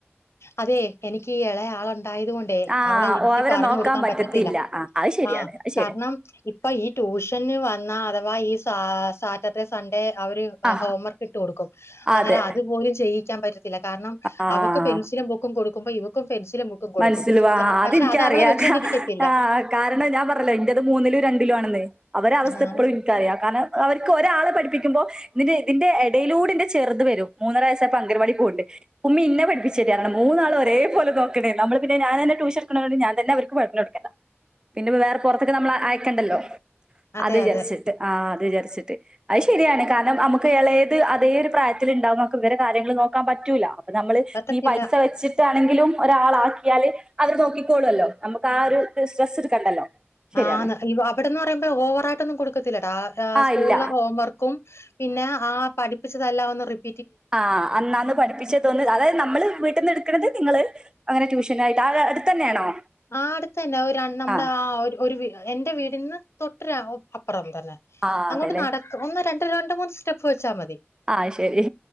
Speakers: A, on the left; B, on the right.
A: അതെ എനിക്ക് ഈ എളയാളുണ്ടായത് കൊണ്ട്
B: ആ
A: അവളെ ഇരുത്തി
B: ഓവരെ
A: പറഞ്ഞു
B: നോക്കാൻ
A: കൊടുക്കാൻ പറ്റത്തില്ല
B: ആ അത് ശരിയാണ്.
A: ആ
B: അത്
A: കാരണം
B: ശരിയാ.
A: ഇപ്പൊ ഈ ട്യൂഷന് വന്ന അഥവാ ഈ സാ സാറ്റർഡേ സൺഡേ അവര്
B: ആ
A: ഹോംവർക്ക് ഇട്ട് കൊടുക്കും. അന്നേരം
B: അതെ.
A: അത്പോലും ചെയ്യിക്കാൻ പറ്റത്തില്ല കാരണം
B: ആ
A: അവ ബുക്കും കൊടുക്കുമ്പോ ഇവക്കും പെൻസിലും ബുക്കും കൊടുക്കും
B: മനസ്സിൽവാ
A: സൊ,
B: അതിൻക്കറിയാ
A: പക്ഷെ അത് അവളെ വെച്ചോണ്ടിരിക്കത്തില്ല
B: ആ കാരണം ഞാൻ പറ- <unintelligible> ഇന്റത് മൂന്നിലും രണ്ടിലും ആണെന്നെ അവരവസ്ഥ
A: ആഹ്
B: ഇപ്പഴും ഇൻക്കറിയാ കാരണം അവര്ക്ക് ഒരാളെ പഠപ്പിക്കുമ്പോ ന്നട്ട് ഇതിന്റെ എടയിലൂടെ ന്റെ ചെറ്ത് വരും മൂന്നര വയസ്സപ്പൊ അങ്കന വാടി പോകണ്ട് ഉമ്മി ഇന്നെ പഠിപ്പിച്ചേരറയണം മൂന്നാള് ഒരേ പോല നോ- ക്കണം. നമ്മള് പിന്നെ ഞാനന്നെ ട്യൂഷൻ ഇട്ക്ക്ണൊണ്ട് ഞാൻ തന്നെ അവര്ക്ക് പറഞ്ഞ് കൊട്ക്കല പിന്നെപ്പോ വേറെ പൊറത്തക്ക് നമ്മള് അയക്കണ്ടല്ലോ
A: അതെ
B: അത് വിചാരിച്ചിട്ട്
A: അതെ
B: ആ അത് വിചാരിച്ചിട്ട് അത് ശരിയാണ് കാരണം നമുക്ക് എളയത് അതേ ഒരു പ്രായത്തില്ണ്ടാവുമ്പൊ നമുക്ക് ഇവരെ കാര്യങ്ങള് നോക്കാൻ പറ്റൂല അപ്പ നമ്മള്
A: പറ്റത്തില്ല
B: നീ പൈസ വെച്ചിട്ടാണെങ്കിലും ഒരാളാക്കിയാല് അവര് നോക്കിക്കോളോല്ലോ നമുക്ക് ആ ഒരു സ്ട്രെസ് എടുക്കണ്ടല്ലോ ശരിയാണ്
A: ആന്ന് അവിടെന്ന് പറയുമ്പോ ഓവറായിട്ടൊന്നും കൊടുക്കത്തില്ലട്ടോ ആ ഏ
B: ആഹ്
A: സ്കൂളിലെ
B: ഇല്ല
A: ഹോംവർക്ക് ക്കും പിന്നെ ആ പഠിപ്പിച്ചതെല്ലാം ഒന്ന് റിപ്പ് -
B: ആ അന്നാന്ന് പഠിപ്പിച്ചതൊന്ന് അതായത് നമ്മള് വീട്ടിന്ന് ഇടുക്കണത് നിങ്ങള് അങ്ങനെ ട്യൂഷനായിട്ട് ആ അടുത്ത് തന്നെയാണോ
A: ആ അടുത്തന്നെ ഒരൺ നമ്മുടെ
B: ആഹ്
A: ആ ഒരു ഒരു വീ എന്റെ വീടിന്ന് തൊട്ടുരാ അപ്പുറം തന്നെ
B: ആഹ്
A: അങ്ങോട്ട്
B: അതെല്ലേ
A: നട ഒന്ന് രണ്ടര രണ്ട് മൂന്ന് സ്റ്റെപ്പ് വച്ചാ മതി
B: ആ ശരി